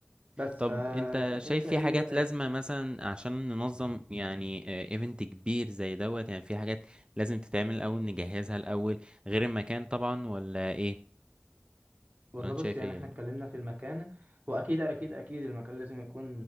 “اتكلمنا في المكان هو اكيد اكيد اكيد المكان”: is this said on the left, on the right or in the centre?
Right